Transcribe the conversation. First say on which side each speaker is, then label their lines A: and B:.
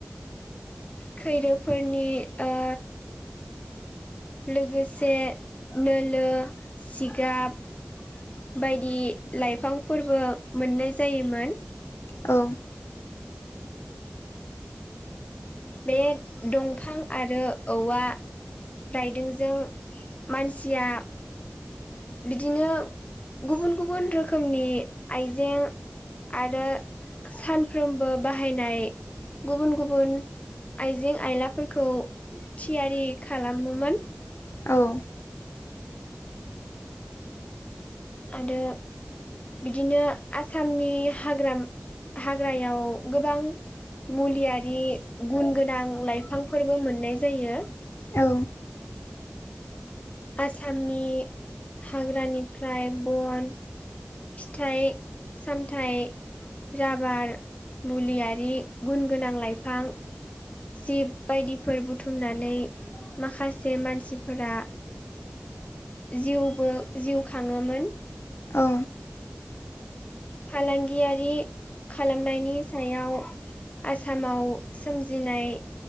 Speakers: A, on the left; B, on the left.
A: खैरोफोरनि ओ लोगोसे नोलो सिगाब बायदि लाइफांफोरबो मोननाय जायोमोन।
B: औ।
A: बे दंफां आरो औवा राइदोंजों मानसिया बिदिनो गुबुन गुबुन रोखोमनि आइजें। आरो सानफ्रोमबो बाहायनाय गुबुन गुबुन। आइजें आइलाफोरखौ थियारि खालामोमोन।
B: औ
A: आरो बिदिनो आसामनि हाग्राम हाग्रायाव गोबां मुलियारि गुन गोन नां लाइफांफोरबो मोननाय जायो।
B: औ
A: आसामनि हाग्रानिफ्राय बन फिथाइ सामथाइ राबार, मुलियारि गुन गोनां लाइफां, जिब बायदिफोर बुथुमनानै माखासे मानसिफोरा जिउबो जिउ खाङोमोन।
B: औ
A: फालांगियारि खालामनायनि सायाव आसामाव सोमजिनाय